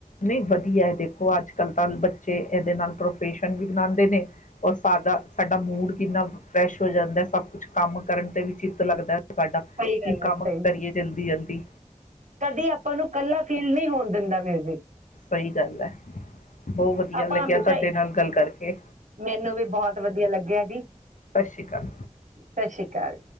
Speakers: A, on the left (about 80°); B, on the right (about 75°).
A: ਨਇ ਵਧੀਆ ਏ ਦੇਖੋ ਅੱਜ ਕੱਲ ਤਾਂ ਬੱਚੇ ਇਹਦੇ ਨਾਲ ਪ੍ਰੋਫੈਸ਼ਨ ਵੀ ਬਣਾਉਂਦੇ ਨੇ ਔਰ ਸਾਡਾ ਸਾਡਾ ਮੂਡ ਕਿੰਨਾ ਫਰੈਸ਼ ਹੋ ਜਾਂਦੈ ਸਭ ਕੁਛ ਕੰਮ ਕਰਨ ਤੇ ਵੀ ਚਿੱਤ ਲੱਗਦੈ ਸਾਡਾ
B: ਸਹੀ ਗੱਲ
A: ਕਿ
B: ਹੈ
A: ਕੰਮ
B: ਸਹੀ
A: ਕਰੀਏ
B: ਗੱਲ।
A: ਜਲਦੀ ਜਲਦੀ
B: ਕਦੀ ਆਪਾਂ ਨੂੰ ਕੱਲਾ ਫੀਲ ਨਹੀਂ ਹੋਣ ਦਿੰਦਾ ਮਿਊਜ਼ਿਕ,
A: ਸਹੀ ਗੱਲ ਹੈ ਬਹੁਤ ਵਧੀਆ
B: ਆਪਾਂ
A: ਲੱਗਿਆ
B: ਹਮੇਸ਼ਾ
A: ਤੁਹਾਡੇ ਨਾਲ ਗੱਲ ਕਰਕੇ
B: ਮੈਨੂੰ ਵੀ ਬਹੁਤ ਵਧੀਆ ਲੱਗਿਆ ਜੀ
A: ਸਤਿ ਸ਼੍ਰੀ ਅਕਾਲ
B: ਸਤਿ ਸ਼੍ਰੀ ਅਕਾਲ